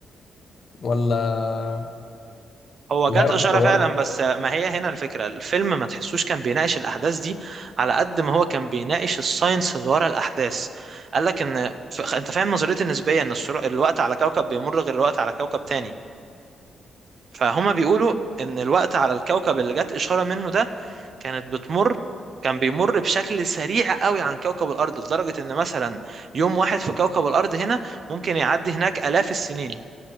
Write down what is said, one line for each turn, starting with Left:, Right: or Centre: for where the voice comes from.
Left: ولا
Right: هو
Left: ولا
Right: جات
Left: هي راحت
Right: إشارة
Left: دورت
Right: فعلا بس آه، ما هي هنا الفكرة الفيلم ما تحسوش كان بيناقش الأحداث دي على قد ما هو كان بيناقش الساينس اللي ورا الأحداث قال لك إن ف... أنت فاهم نظرية النسبية إن السر... الوقت على كوكب بيمر غير الوقت على كوكب تاني فهما بيقولوا ان الوقت على الكوكب اللي جت اشاره منه ده كانت بتمر كان بيمر بشكل سريع قوي عن كوكب الارض لدرجه ان مثلا يوم واحد في كوكب الارض هنا ممكن يعدي هناك الاف السنين